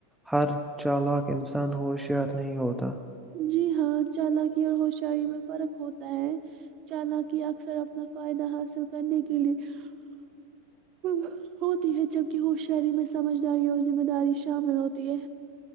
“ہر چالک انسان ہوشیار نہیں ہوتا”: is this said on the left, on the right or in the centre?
Centre